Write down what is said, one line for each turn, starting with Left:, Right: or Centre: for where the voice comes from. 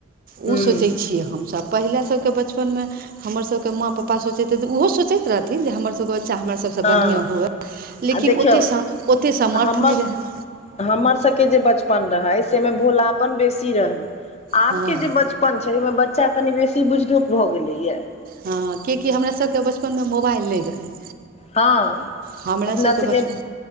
Left: हँ
Right: ओ सोचै छियै हमसभब पहिले सबके बचपनमे हमर सबकेँ माँ पापा सोचैत रह ओहो सोचैत रहथि जे हमरसभके बच्चा हमर सभ सँ
Left: हँ
Right: बढ़िआँ हुए लेकिन
Left: आ देखियौ
Right: ओत ओतेक सामर्थ्य
Left: हमर
Right: नहि रहन
Left: हमर सभके जे बचपन रहै सेमे भोलापन बेसी रहै। आबके
Right: हँ
Left: जे बचपन छै ओहिमे बच्चा कनि बेसी बुझनुक भऽ गेलैया।
Right: हँ किएकि हमरा सबके बचपनमे मोबाइल नहि रहै।
Left: हँ
Right: हमरा
Left: अपना
Right: सभके
Left: सबके
Right: बचपन